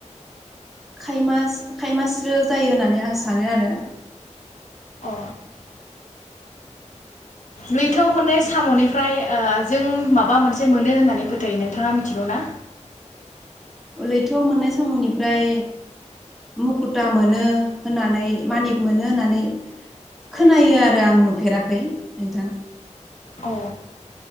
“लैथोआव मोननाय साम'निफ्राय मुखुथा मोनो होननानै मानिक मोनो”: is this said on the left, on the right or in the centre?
Centre